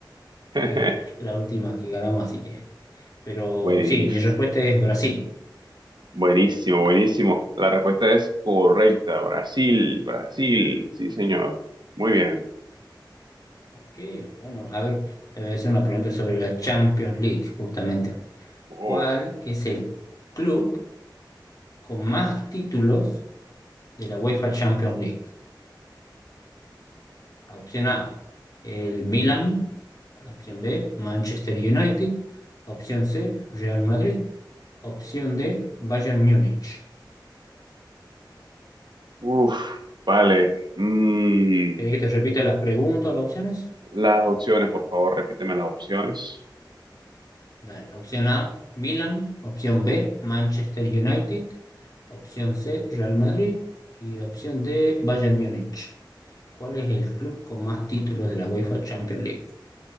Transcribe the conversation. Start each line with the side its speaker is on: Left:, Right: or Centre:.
Right: <laughs>
Left: Es la, la última que ganamos, así que. Pero
Right: buenísimo.
Left: sí, mi respuesta es Brasil.
Right: Buenísimo, buenísimo. La respuesta es correcta. Brasil, Brasil. Sí, señor. Muy bien.
Left: Ok, bueno, a ver, te voy a hacer una pregunta sobre la Champions League, justamente.
Right: Oh,
Left: ¿Cuál es el club con más títulos de la UEFA Champions League. Opción A, el Milan. Opción B, Manchester United. Opción C, Real Madrid. Opción D, Bayern Múnich.
Right: uf, vale. Mm,
Left: ¿Querés que te repita las preguntas o las opciones?
Right: las opciones, por favor, repíteme las opciones.
Left: Dale. Opción A, Milan. Opción B, Manchester United. Opción C, Real Madrid. Y opción D, Bayern Múnich. ¿Cuál es el club con más títulos de la UEFA Champions League?